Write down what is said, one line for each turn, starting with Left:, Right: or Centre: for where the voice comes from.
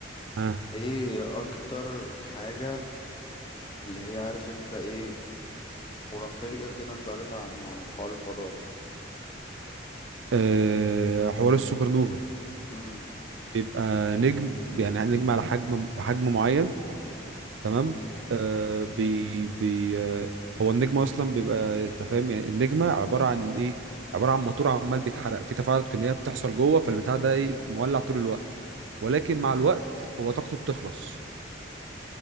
Right: ها
Left: ايه اكتر حاجه اللي هي عارف انت ايه خرافية كده انت قريتها عن عن حوار الفضاء ده
Right: أه حوار السوبر نوفا
Left: امم
Right: بيبقى نجم يعني نجم على حجم بحجم معين تمام
Left: امم
Right: آه بي بي آه هو النجم اصلا بيبقى انت فاهم يعني النجمه عباره عن ايه عباره عن موتور عمال بيتحرق في تفاعلات كيميائيه بتحصل جوه فالبتاع ده ايه مولع طول الوقت ولكن مع الوقت هو طاقته بتخلص